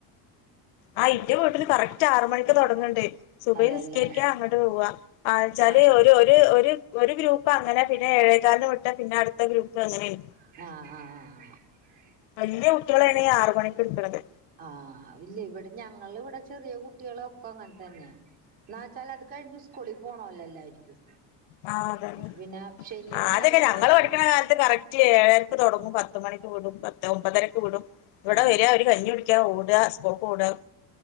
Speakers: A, on the left (about 80°); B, on the right (about 65°).
A: ആഹ് ഇന്റെ വീട്ടില് കറക്റ്റ് ആറ് മണിക്ക് തുടങ്ങണ്ട്. സുബയ്
B: അതെല്ലേ
A: നിസ്കരിക്കാൻ അങ്ങോട്ട് പോവുക ആന്ന് വെച്ചാല്
B: ആ
A: ഒരു ഒരു ഒരു ഒരു ഗ്രൂപ്പ് അങ്ങനെ. പിന്നെ ഏഴേക്കാലിന് വിട്ട പിന്ന അടുത്ത ഗ്രൂപ്പ് അങ്ങനെണ്.
B: ആഹ് ആഹ് ആ
A: വല്യ കുട്ടികളാണ് ആറ് മണിക്ക് എണീക്കണത്
B: ആഹ് ഇല്ല ഇവിടെ ഞങ്ങള് ഇവിടെ ചെറിയ കു കുട്ടികളോക്ക അങ്ങനെ തന്നെ എന്നാ വെച്ചാൽ അത് കഴിഞ്ഞ് സ്കൂളിൽ പോണോല്ലോ എല്ലാരിക്കും
A: ആ അതെതെ
B: അപ്പൊ പിന്നെ ശനി
A: ആ
B: ഞായറും
A: അതന്നെ ഞങ്ങള്
B: മാത്രം
A: പഠിക്കണ കാലത്ത് കറക്റ്റ് ഏഴരക്ക് തുടങ്ങും പ ത്തു മണി <unintelligible> പത്ത് ഒമ്പതരക്ക് വിടും ഇവിടെ
B: ആ
A: വരിക അവര് കഞ്ഞി കുടിക്കാ ഓടുക സ്കൂൾക്ക്‌ ഓടുക